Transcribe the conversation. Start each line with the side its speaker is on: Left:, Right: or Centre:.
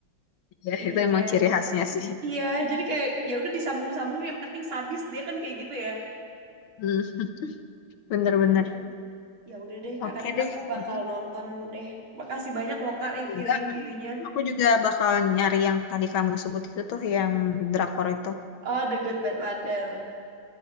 Left: Iya
Right: ininya
Left: itu emang ciri khasnya sih.
Right: iya jadi kayak ya udah disambung-sambung yang penting sadis dia kan kayak gitu ya
Left: Hmm, Bener-bener.
Right: iya ya udah deh
Left: Oke
Right: kak nanti
Left: deh.
Right: aku bakal
Left: Mm-mm.
Right: nonton deh makasih banyak loh kak review-reviewnya
Left: Aku Juga, mm-mm. aku juga bakal nyari yang tadi kamu sebut itu tuh, yang drakor itu.
Right: oh The Good Bad Mother